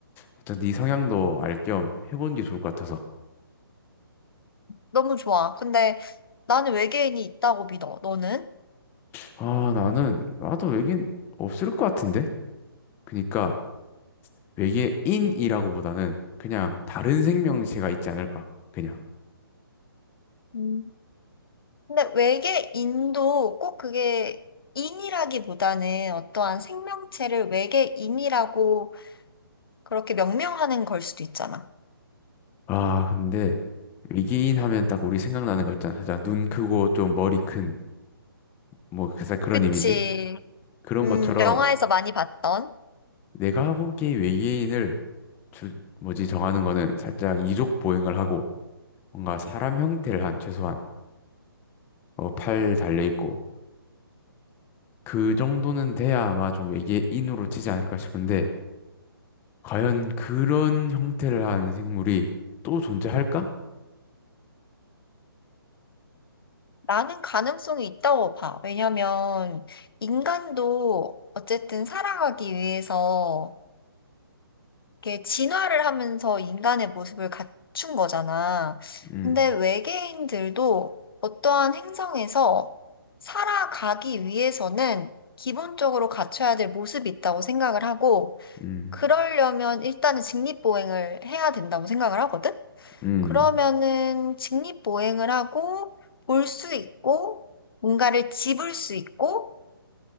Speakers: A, on the left; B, on the left.
A: 살짝 네 성향도 알 겸 해보는 게 좋을 것 같아서
B: 너무 좋아. 근데 나는 외계인이 있다고 믿어. 너는?
A: 아 나는 나도 외계인 없을 것 같은데 그니까 외계인이라고보다는 그냥 다른 생명체가 있지 않을까? 그냥.
B: 음. 근데 외계인도 꼭 그게 인이라기보다는 어떠한 생명체를 외계인이라고 그렇게 명명하는 걸 수도 있잖아.
A: 아, 근데 외계인 하면 딱 우리 생각나는 거 있잖아. 살짝 눈 크고 좀 머리 큰, 뭐, 살짝 그런
B: 그치.
A: 이미지? 그런
B: 음,
A: 것처럼
B: 영화에서 많이 봤던.
A: 내가 보기에 외계인을 주, 뭐지, 정하는 거는 살짝 이족 보행을 하고 뭔가 사람 형태를 한 최소한 어, 팔 달려있고 그 정도는 돼야 아마 좀 외계인으로 치지 않을까 싶은데 과연 그런 형태를 한 생물이 또 존재할까?
B: 나는 가능성이 있다고 봐. 왜냐면 인간도 어쨌든 살아가기 위해서 이렇게 진화를 하면서 인간의 모습을 갖춘 거잖아.
A: 음.
B: 근데 외계인들도 어떠한 행성에서 살아가기 위해서는 기본적으로 갖춰야 될 모습이 있다고 생각을 하고,
A: 음,
B: 그러려면 일단은 직립보행을 해야 된다고 생각을 하거든?
A: 음,
B: 그러면은 직립보행을 하고, 볼 수 있고, 뭔가를 집을 수 있고,